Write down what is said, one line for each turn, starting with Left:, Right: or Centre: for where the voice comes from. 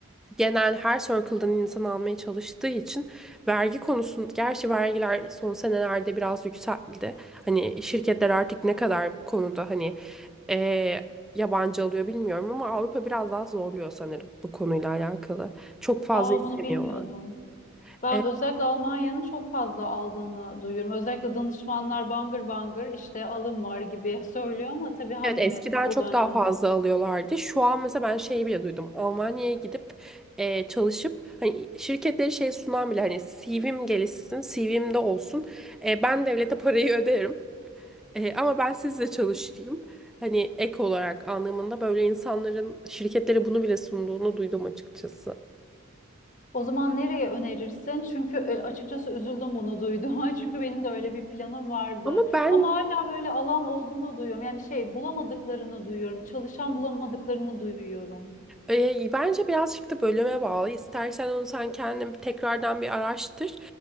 Centre: genel her circle'dan insan almaya çalıştığı için vergi konusun gerçi vergiler son senelerde biraz yükseldi. Hani şirketler artık ne kadar bu konuda hani eee, yabancı alıyor bilmiyorum ama Avrupa biraz daha zorluyor sanırım bu konuyla alakalı. Çok fazla
Left: Aa
Centre: istemiyorlar.
Left: bunu bilmiyordum. Ben
Centre: E,
Left: özellikle Almanya'nın çok fazla aldığını duyuyorum. Özellikle danışmanlar bangır bangır işte alım var gibi söylüyor ama tabii hangi
Centre: Evet eskiden
Left: meslek o
Centre: çok
Left: da önemli.
Centre: daha fazla alıyorlardı. Şu an mesela ben şeyi bile duydum. Almanya'ya gidip eee, çalışıp hani şirketleri şey sunan bile hani CV'm gelişsin, CV'm de olsun. E, ben devlete parayı <laughs> öderim. E, ama ben sizle çalışayım. Hani ek olarak anlamında böyle insanların şirketlere bunu bile sunduğunu duydum açıkçası.
Left: O zaman nereye önerirsin? Çünkü e, açıkçası üzüldüm bunu duyduğuma. <laughs> Çünkü benim de öyle bir planım vardı.
Centre: Ama ben
Left: Ama hala böyle alan olduğunu duyuyorum. Yani şey bulamadıklarını duyuyorum. Çalışan bulamadıklarını duyuyorum.
Centre: E, bence birazcık da bölüme bağlı. İstersen onu sen kendin tekrardan bir araştır.